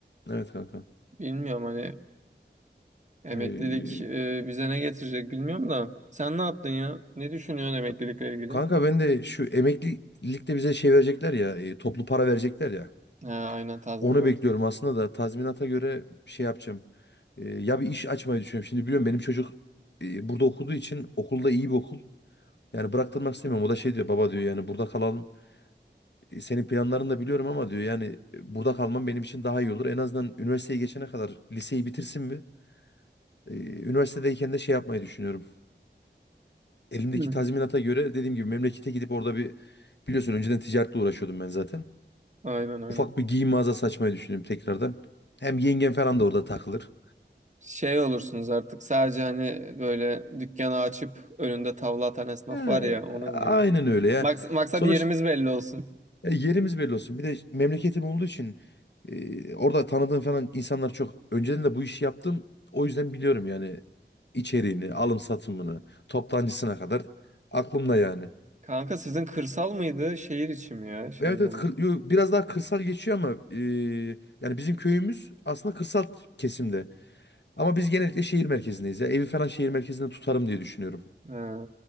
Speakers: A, on the left; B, on the right.
A: Evet kanka.
B: Bilmiyorum hani emeklilik
A: Ee,
B: e, bize ne getirecek bilmiyorum da. Sen ne yaptın ya? Ne düşünüyorsun emeklilikle
A: ka-
B: ilgili?
A: kanka ben de şu emeklilikte bize şey verecekler ya, e, toplu para verecekler ya.
B: Ha, aynen tazminat.
A: Onu bekliyorum aslında da tazminata göre şey yapacağım. Ee, ya bir iş açmayı düşünüyorum. Şimdi biliyorum benim çocuk e, burada okuduğu için okulda iyi bir okul. Yani bıraktırmak istemiyorum. O da şey diyor baba diyor yani burada kalalım. E, Senin planlarını da biliyorum ama diyor yani e, burada kalmam benim için daha iyi olur. En azından üniversiteye geçene kadar liseyi bitirsin mi? Ee, üniversitedeyken de şey yapmayı düşünüyorum. elimdeki
B: Hı.
A: tazminata göre dediğim gibi memlekete gidip orada bir biliyorsun önceden ticaretle uğraşıyordum ben zaten.
B: Aynen aynen.
A: Ufak bir giyim mağazası açmayı düşündüm tekrardan. Hem yengem falan da orada takılır.
B: Şey olursunuz artık sadece hani böyle dükkanı açıp önünde tavla atan esnaf
A: Ee,
B: var ya onun
A: aynen
B: gibi.
A: öyle ya.
B: Maks maksat
A: Sonuçta
B: yerimiz belli olsun.
A: e, yerimiz belli olsun. Bir de memleketim olduğu için e, orada tanıdığım falan insanlar çok. Önceden de bu işi yaptım. O yüzden biliyorum yani içeriğini, alım satımını, toptancısına kadar aklımda yani.
B: Kanka sizin kırsal mıydı şehir içi mi ya şey
A: Evet
B: mi?
A: evet kır- yo, biraz daha kırsal geçiyor ama e, yani bizim köyümüz aslında kırsal kesimde. Ama biz genellikle şehir merkezindeyiz ya. Evi falan şehir merkezinde tutarım diye düşünüyorum.
B: Ha.